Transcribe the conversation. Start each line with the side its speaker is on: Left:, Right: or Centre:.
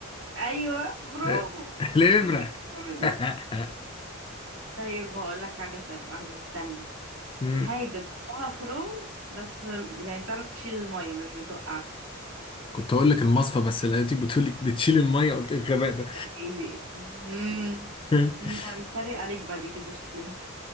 Right: أيوة برافو
Left: آه، <laughs> الإبرة
Right: ايه ده الصورة دي
Left: <laughs>
Right: طيب هقول لك حاجة تانية واحدة تانية
Left: مم.
Right: حاجة كلها خرام بس يعني تعرف تشيل المية مش بتوقعها
Left: كنت هقول لك المصفى بس لقيتك بتقولك بتشيل المية قلت ايه الغباء ده
Right: ايه مم.
Left: <laughs>
Right: يعني نتريق عليك بعد كده شكلنا